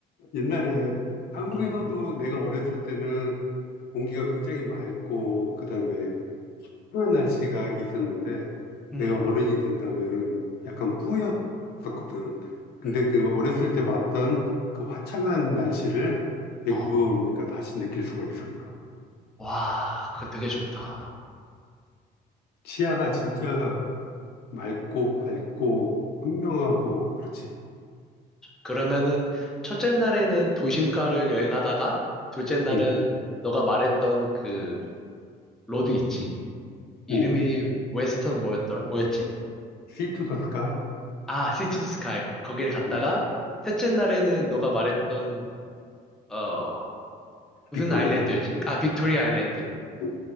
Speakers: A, on the left; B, in the centre.
A: 옛날에 한국에서도
B: 응,
A: 내가 어렸을 때는 공기가 굉장히 맑고 그다음에 평창한 날씨가 있었는데
B: 응,
A: 내가 어른이 된다면은 약간 뿌였었거든. 근데
B: 응.
A: 그 어렸을 때 봤던 그 화창한 날씨를 밴쿠버
B: 어,
A: 오니까 다시 느낄 수가 있었어.
B: 와, 그거 되게 좋다.
A: 시야가 진짜 맑고 밝고 선명하고 그렇지.
B: 그러면은 첫째 날에는 도심가를 여행하다가 둘째 날은
A: 음,
B: 너가 말했던 그 로드 있지. 이름이
A: 음.
B: 웨스턴 뭐였더라? 뭐였지?
A: See to the sky.
B: 아, 시티 투 스카이. 거기를 갔다가
A: 음,
B: 셋째 날에는 너가 말했던 어 무슨
A: 빅토리아.
B: 아일랜드였지? 아, 빅토리아 아일랜드.
A: 음,